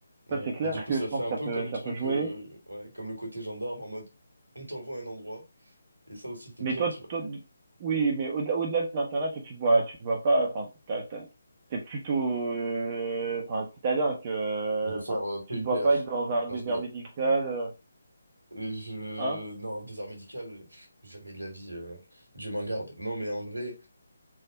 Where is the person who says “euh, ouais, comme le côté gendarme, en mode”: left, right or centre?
Right